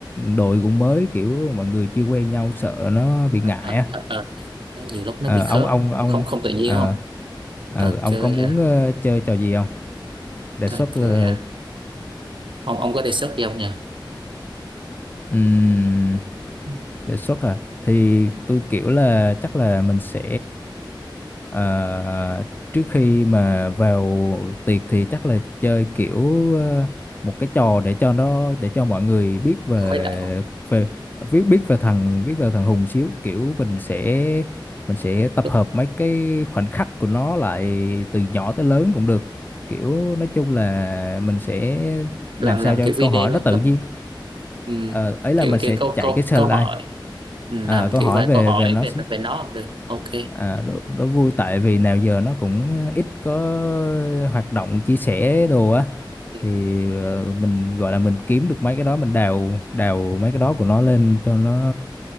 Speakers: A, on the left; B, on the right.
A: đội cũng mới kiểu mọi người chưa quen nhau sợ nó bị
B: à,
A: ngại á
B: à, à. Nó nhiều lúc nó
A: Ờ,
B: bị khớp
A: ông ông ông
B: không không tự nhiên
A: ờ,
B: không?
A: ờ,
B: trò
A: ông
B: chơi
A: có muốn
B: hả
A: ờ, chơi trò gì không đề
B: trò
A: xuất
B: chơi
A: ờ,
B: hả ông ông có đề xuất gì không nhỉ
A: Ừm,
B: Ừm,
A: đề xuất à thì tôi kiểu là chắc là mình sẽ ờ, trước khi mà vào tiệc thì chắc là chơi kiểu ờ, một cái trò để cho nó để cho mọi người biết về
B: khuấy động
A: về biết biết về thằng biết về thằng Hùng xíu kiểu mình sẽ mình sẽ tập
B: lúc-
A: hợp mấy cái khoảnh khắc của nó lại từ nhỏ tới lớn cũng được kiểu nói chung là mình sẽ làm
B: làm
A: sao
B: làm
A: cho
B: kiểu
A: cái câu
B: video
A: hỏi nó tự
B: làm
A: nhiên
B: ừm,
A: ờ, ấy là
B: kiểu
A: mình
B: kiểu
A: sẽ
B: câu
A: chạy
B: câu
A: cái slide
B: câu hỏi Ừm,
A: Ờ,
B: làm
A: câu
B: kiểu
A: hỏi
B: vài
A: về
B: câu hỏi
A: về nó
B: về
A: xí
B: về nó cũng được ok
A: à, đố, đố vui tại vì nào giờ nó cũng ít có hoạt động chia sẻ đồ á
B: Ừm,
A: thì ờ, mình gọi là mình kiếm được mấy cái đó mình đào đào mấy cái đó của nó lên cho nó